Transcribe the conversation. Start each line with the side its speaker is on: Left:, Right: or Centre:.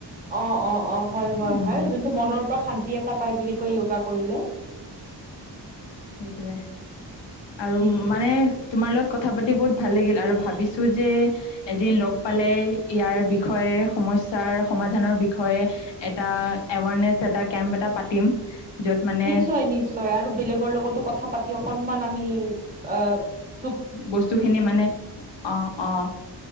Right: অ' অ' অ', হয় হয়
Left: উম
Right: হয় । যোনটো মনৰ পৰা শান্তি এটা পায় বুলি কয় য়োগা কৰিলে।
Left: টোৱে। আৰু
Right: সেইটোৱে
Left: মানে তোমাৰ লগত কথা পাতি বহুত‌ ভাল লাগিল। আৰু ভাবিছোঁ যে‌ এদিন লগ পালে ইয়াৰ বিষয়ে সমস্যাৰ সমাধানৰ বিষ বিষয়ে এটা এৱাৰনেছ এটা কেম্প এটা পাতিম। য'ত মানে
Right: নিশ্চয় নিশ্চয়, আৰু বেলেগৰ লগতো কথা পাতি অকনমান আমি অ' <inaudible>
Left: বস্তু খিনি মানে, অ' অ'